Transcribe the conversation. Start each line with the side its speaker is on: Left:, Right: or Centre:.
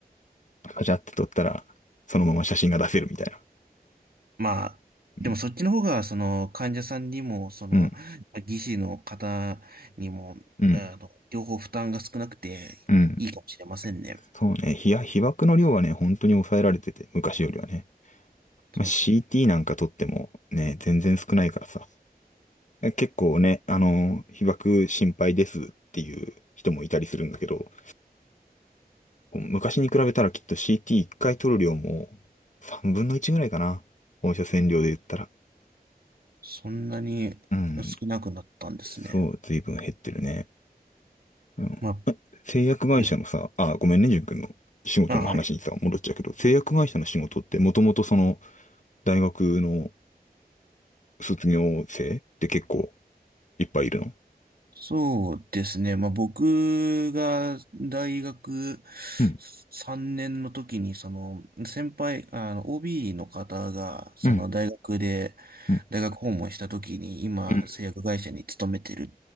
Left: カチャって撮ったら、そのまま写真が出せるみたいな。
Right: まあ、でもそっちの方が、
Left: うん、
Right: その、患者さんにも、その、
Left: うん、
Right: 技師の方にも、
Left: うん。
Right: あの、両方負担が少なくていいかもしれませんね。
Left: うんそうね、被や、被爆の量はね、本当に抑えられてて、昔よりはね。
Right: そうですね。
Left: まあ、CT なんか撮ってもね、全然少ないからさ。結構ね、あの、被爆心配ですっていう人もいたりするんだけど、昔に比べたらきっと CT1 回取る量も3分の1ぐらいかな。放射線量で言ったら。
Right: そんなに少なくなったんですね。
Left: うん。そう、随分減ってるね。うん。
Right: まあ、
Left: 製薬会社のさ、
Right: で
Left: あ、ごめんね、淳君の仕事の話にさ、
Right: あ、はい。
Left: 戻っちゃうけど、製薬会社の仕事ってもともとその、大学の卒業生って結構いっぱいいるの
Right: そうですね。まあ、僕が大学
Left: うん
Right: 3年の時に、その、先輩、あの、OB の方が、その大学で、
Left: うんうん
Right: 大学訪問した時に、今、
Left: うん
Right: 製薬会社に勤めてるっ